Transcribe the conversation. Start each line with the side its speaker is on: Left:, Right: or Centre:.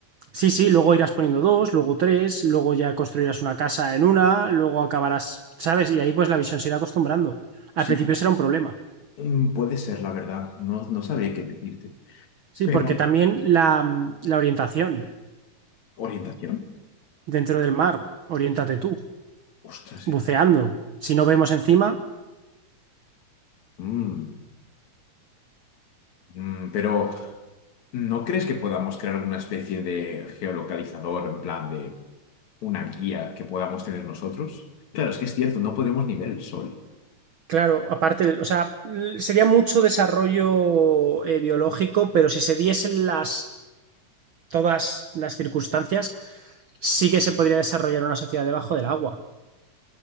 Right: Sí, sí, luego irás poniendo dos, luego tres, luego ya construirás una casa en una, luego acabarás, ¿sabes? Y ahí pues la visión se irá acostumbrando.
Left: Sí,
Right: Al principio será un problema.
Left: mm, puede ser, la verdad. No, no sabría qué decirte.
Right: Sí,
Left: Pero
Right: porque también la, la orientación
Left: orientación.
Right: dentro del mar, oriéntate tú,
Left: Ostras,
Right: buceando.
Left: es-
Right: Si no vemos encima,
Left: mm, mm, pero ¿no crees que podamos crear alguna especie de geolocalizador en plan de una guía que podamos tener nosotros? Claro, es que es cierto, no podemos ni ver el sol.
Right: Claro, aparte, o sea, sería mucho desarrollo eh, biológico, pero si se diesen las todas las circunstancias, sí que se podría desarrollar una sociedad debajo del agua.